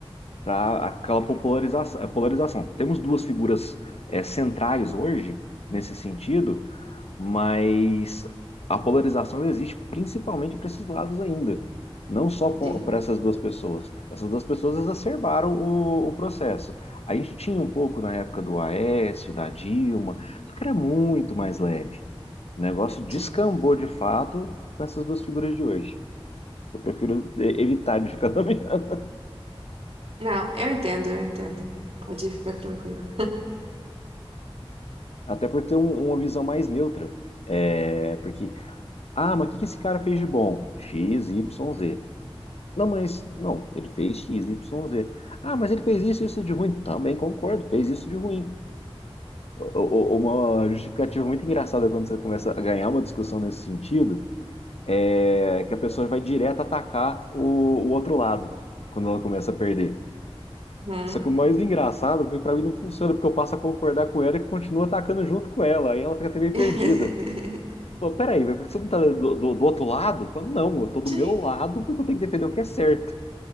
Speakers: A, on the left; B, on the right.
A: para aquela popularização, eh, polarização. Temos duas figuras é, centrais hoje nesse sentido, mas a polarização existe principalmente para esses lados ainda, não só
B: Sim,
A: para essas duas pessoas. Essas duas pessoas exacerbaram o, o processo. A gente tinha um pouco na época do Aécio, da Dilma, só que era muito mais leve. O negócio descambou
B: sim.
A: de fato com essas duas figuras de hoje. Eu prefiro eh, evitar de ficar <laughs> nomeando.
B: Não, eu entendo, eu entendo. Pode ficar tranquilo.
A: Até por ter um- uma visão mais neutra. É, porque, ah, mas o que que esse cara fez de bom? X, Y, Z. Não, mas, não, ele fez X, Y, Z. Ah, mas ele fez isso, isso de ruim. Também concordo, fez isso de ruim. O- o- Uma justificativa muito engraçada quando você começa a ganhar uma discussão nesse sentido é que a pessoa vai direto atacar o, o outro lado quando ela começa a perder.
B: Uhum.
A: Só que o mais engraçado, porque pra mim não funciona, porque eu passo a concordar com ela e continuo atacando junto com ela. Aí ela fica até meio
B: <laughs>
A: perdida. Pô, peraí, mas você não tá do, do, do outro lado? Pô, não, eu tô do
B: Sim.
A: meu lado porque eu tenho que defender o que é certo.